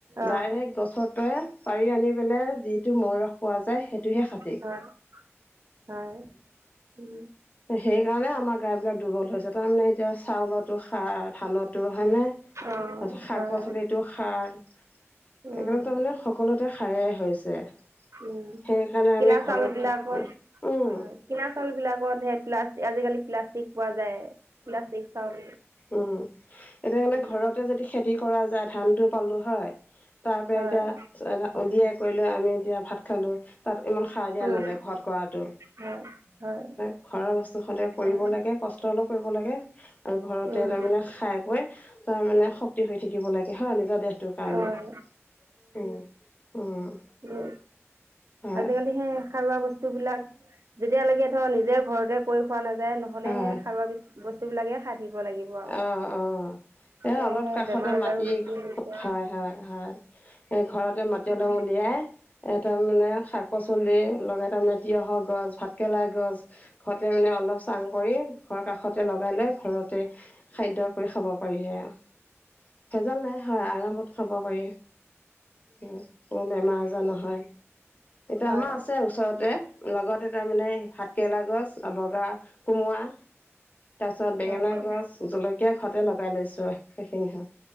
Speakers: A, on the left (about 35°); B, on the right (about 75°).
A: ডাইৰেক্ট
B: অ
A: গছৰতে পাৰি আনি- পেলাই যিটো মৌ ৰস পোৱা যায় সেইটোহে খাটি।
B: হয় হয়, উম'।
A: সেইকাৰণে আমাৰ গা বিলাক দুৰ্বল হৈছে তাৰমানে এতিয়া- চাউলতো সাৰ, ধানতো হয়নে, তাৰপিছত
B: অ
A: শাক-পাচলিতো
B: হয়
A: সাৰ।
B: উম
A: সেইকাৰণে তাৰমানে সকলোতে সাৰেই হৈছে।
B: উম
A: সেইকাৰণে
B: কিনা
A: আমি
B: চাউল
A: ঘৰতে,
B: বিলাকত
A: উমহ-উমঁ।
B: হয় কিনা চাউলবিলাকত হে প্লাষ্টিক আজিকালি প্লাষ্টিক পোৱা যায় প্লাষ্টিক চাউল।
A: উমঁ, এতিয়া সেকাৰণে
B: উম
A: ঘৰতে যদি খেতি কৰা যায় ধানটো পালো হয়। তাৰ পৰা
B: হয়
A: এতিয়া উলিয়াই কৰি লৈ আমি এতিয়া ভাত খালো। তা'ত- ইমান সাৰ দিয়া
B: উম
A: নাযায় ঘৰত কৰাতো।
B: হয়, হয়।
A: ঘৰৰ বস্তু সদায় কৰিব
B: হয়
A: লাগে কষ্ট অলপ কৰিব লাগে আৰু ঘৰতে
B: উম
A: তাৰমানে খাই কৈ- তাৰ মানে শক্তি হৈ থাকিব লাগে হয় নিজৰ দেহটোৰ কাৰণে।
B: হয়
A: উম, উম।
B: উম,
A: হয়
B: আজিকালি সেই সাৰুৱা বস্তুবিলাক যেতিয়ালৈকে ধৰ নিজে ঘৰতে কৈ খোৱা না- যায় নহ'লে
A: হয়
B: সেই সাৰুৱা বস্তুবিলাকে খাই থাকিব লাগিব আৰু।
A: অঁ অঁ এ'
B: তেতিয়াহে
A: অলপ কাষতে
B: বেমাৰ আজাৰো
A: মাটি,
B: বেছি হৈছে
A: হয়-হয়-হয়। ঘৰতে মাটি
B: উম,
A: অলপ উলিয়াই- এ' তাৰমানে শাক-পাচলি লগাই তাৰ মানে তিয়ঁহৰ গছ, ভাতকেৰেলাৰ গছ ষতে মানে অলপ চাং কৰি, ঘৰ কাষতে লগাই লৈ ঘৰত তে খাদ্য কৰি খাব পাৰি হে আউ। ভেজাল নাই হয়, আৰামত খাব পাৰি। উম, কোনো বেমাৰ আজাৰ নহয়। এতিয়া
B: হয়।
A: আমাৰ আছে ওচৰতে লগতে তাৰমানে ভাতকেৰেলা গছ আ বগা কোমোৰা তাৰপিছত বেঙেনা।
B: উম,
A: গছ জলকীয়া ঘৰতে লগাই লৈছোঁ, সেইখিনি হত।